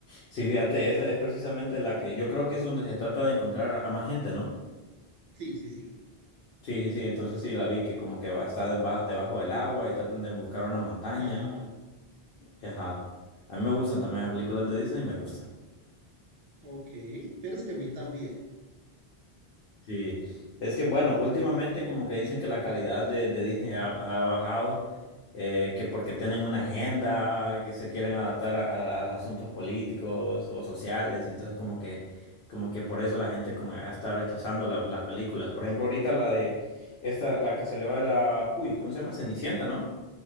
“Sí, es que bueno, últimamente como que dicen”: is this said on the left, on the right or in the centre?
Left